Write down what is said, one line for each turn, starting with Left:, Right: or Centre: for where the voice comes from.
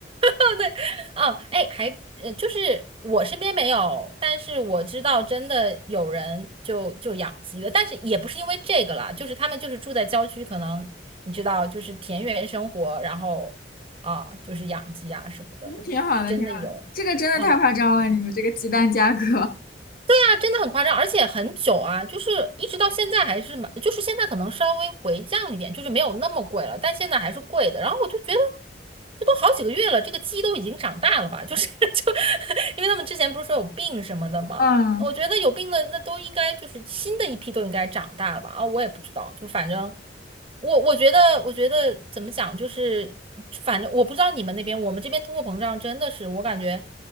Right: 对，哦，哎，还呃，就是我身边没有，但是我知道真的有人就就养鸡了，但是也不是因为这个啦，就是他们就是住在郊区，可能你知道，就是田园生活，然后啊，就是养鸡啊什么的，
Left: 嗯挺好的，
Right: 是真的有，
Left: 挺好的，这个真的太夸张了，
Right: 嗯
Left: 你们这个鸡蛋价格，
Right: 啊，真的很夸张，而且很久啊，就是一直到现在还是蛮，就是现在可能稍微回降了一点，就是没有那么贵了，但现在还是贵的。然后我就觉得，这都好几个月了，这个鸡都已经长大了吧？就是 <laughs> 就，<laughs> 因为他们之前不是说有病什么的嘛，
Left: <laughs> 嗯，
Right: 我觉得有病的那都应该就是新的一批都应该长大了吧？啊，我也不知道，就反正我我觉得我觉得怎么讲，就是反正我不知道你们那边，我们这边通货膨胀真的是我感觉。